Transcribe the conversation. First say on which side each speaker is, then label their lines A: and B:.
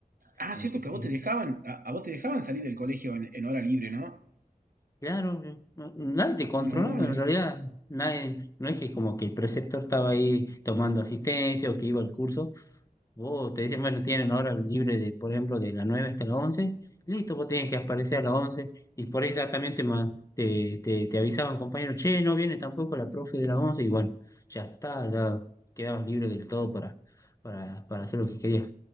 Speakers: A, on the right; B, on the left.
A: Ah,
B: me
A: cierto
B: ponía.
A: que a vos te dejaban, a, a vos te dejaban salir del colegio en, en hora libre, ¿no?
B: Claro, yo- no- nadie te controlaba
A: No, no,
B: en realidad, nadie, no es que como que el preceptor estaba ahí tomando asistencia o que iba al curso, Vos te dicen, bueno, tienen hora libre de, por ejemplo, de las 9 hasta las once listo, vos tenés que aparecer a las once y por ahí ya también te, ma- te, te, te avisaban, compañero, che, no viene tampoco la profe de las once y bueno, ya está, ya quedabas libre del todo para, para, para hacer lo que querías.